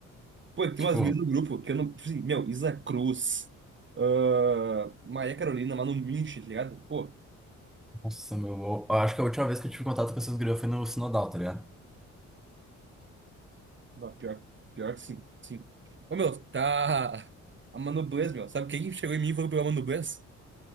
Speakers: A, on the right; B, in the centre.
A: Pô, tem
B: Tipo,
A: umas meninas no grupo que eu não. tipo assim, Meu, Isa Cruz, ah, Maria Carolina, Manu Minch, tá ligado? Pô,
B: nossa, meu. eu Acho que a última vez que eu tive contato com essas gurias foi no Sinodal, tá ligado?
A: não, pior, pior que sim, sim. Ô, meu, tá. A Manu Blaze, meu. Sabe quem chegou em mim e falou pela Manu Blaze?